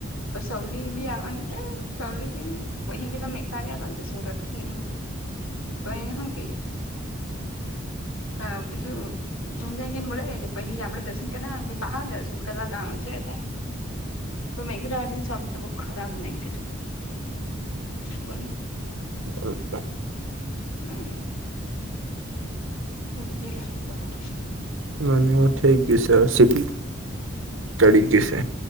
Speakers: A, on the left; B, on the right.
A: તો સવલી ભી આવવાની ચવલી કે તો અહી કે ત મેલા આવ્યા કર સુરત થી એમ કે તો અને શું કે હા પેલું હુંજને બોલા રઈ છે પછ આપણે દર્શન ના પહાર દર્શ કરવા જણું છેમ તો મગ રાડી નને સતા બ ખરાબ મગ તો બો
B: હકે
A: ક <unintelligible> ખૂબ જી લાગે બ હા ના <unintelligible>
B: અને થઇ ગયું છે સીધ ચડી ગયું છે